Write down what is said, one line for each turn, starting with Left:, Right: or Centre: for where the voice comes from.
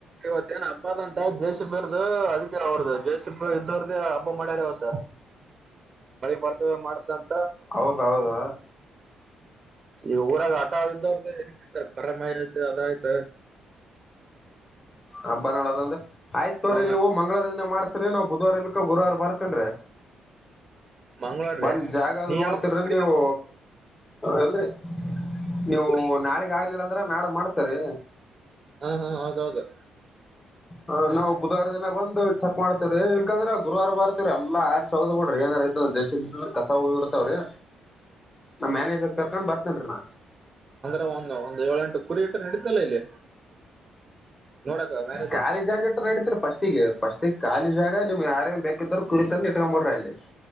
Right: ಇವತ್ತೇನ್ ಹಬ್ಬದಂತ ಜೆಸಿಬಿ ಅವರದು ಅದಿಕೆ ನೋಡ್ದೆ ಜೆಸಿಬಿ ದ ಹಬ್ಬ ಮಾಡ್ಯರ್ ಇವತ್ತ್ ಬರ್ತದ ಮಾಡತನ್
Left: ಹೌದೌದಾ
Right: ಇವಾಗ ಊರಾಗ ಆಟ ಇದ್ದೋರ್ ಕರಮಾಯ್ ಆಯ್ತ ಅದ ಆಯ್ತ
Left: ಹಬ್ಬ ನೋಡೋದ ಅಂದ್ರೆ ಆಯ್ತುವ್ರೀ
Right: ಹ
Left: ನೀವು ಮಂಗಳವಾರ ದಿನ ಮಾಡ್ ಸಿರಿ ನ ಬುಧವಾರ ಇಲ್ಕ ಗುರುವಾರ ಬರ್ತೀನ್ ರೀ
Right: ಮಂಗ್ಳೂರ್ರೆ
Left: ಬಂದ್ ಜಾಗ ಅದ
Right: ನೀ
Left: ನೋಡ್ತಿಡ್ರಿ
Right: ಯಾವ ಕುರಿ
Left: ನೀವು ಎಲ್ರಿ ನೀವು
Right: ಕುರಿ
Left: ನಾಳಿಗ್ ಆಗ್ಲಿಲ್ಲ ಅಂದ್ರೆ ನಾಳಿದ್ದ್ ಮಾಡ್ಸರಿ
Right: ಹಾ ಹಾ ಹೌದೌದು
Left: ಹ ನಾವ್ ಬುಧವಾರ ದಿನ ಬಂದು ಚೆಕ್ ಮಾಡ್ತೀರಿ ರೀ ಇಲ್ಕಂದ್ರ ಗುರುವಾರ ಬರ್ತೀರಿ ಎಲ್ಲಾ ಹಾಕಿ ಸರದ್ ಬಿಡ್ರಿ ಏನ್ <unintelligible> ಕಸ ಹರ್ತಾವ್ರೀ ನಮ್ಮ ಮ್ಯಾನೇಜರ್ ಕರ್ಕೊಂಡ್ ಬರ್ತೀನ್ ರೀ ನಾ
Right: ಹು ಅನ ಒಂದ್ ಏಳ ಎಂಟು ಕುರಿ ಇಟ್ಟರ ನಡಿತದ ಇಲ್ಲಿ. ನೋಡಕ ಮ್ಯಾರೇಜ್
Left: ಖಾಲಿ
Right: ಅಲ್ಲಿ
Left: ಜಾಗ ಇಟ್ರ ನಡ್ತಿರಿ ಪಫಸ್ಟಿಗೆ ಫಸ್ಟಿಗೆ ಕಖಾಲಿ ಜಾಗ ನಿಮ್ ಆ ಬೇಕಿದ್ರರ ಕುರಿ ತಂದ ಇಟ್ಟುಕೊಂಡ ಬಿಡ್ರಿ ಅಲ್ಲಿ.